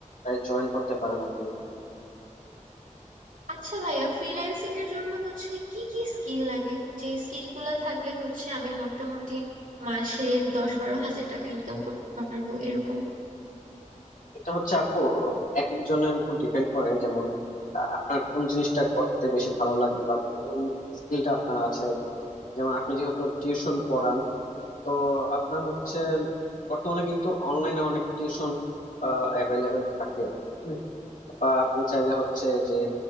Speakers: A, on the left; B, on the right.
A: জয়েন করতে পারেন আপনি
B: আচ্ছা ভাইয়া ফ্রিল্যান্সিং এর জন্য হচ্ছে কি কি স্কিল লাগে যে স্কিল গুলা থাকলে হচ্ছে আমি মোটামুটি মাসে দশ বারো হাজার টাকা ইনকাম করতে পারবো এরকম
A: এটা হচ্ছে আপু এক একজনের উপর ডিপেন্ড করে যেমন আহ, আপনার কোন জিনিসটা করতে বেশি ভালো লাগে বা কোন স্কিলটা আপনার আছে যেমন আপনি যেহেতু টিউশন পড়ান তো আপনার হচ্ছে বর্তমানে কিন্তু অনলাইনে অনেক টিউশন অ্যাভেলেবেল থাকে হুম, বা আপনি চাইলে হচ্ছে যে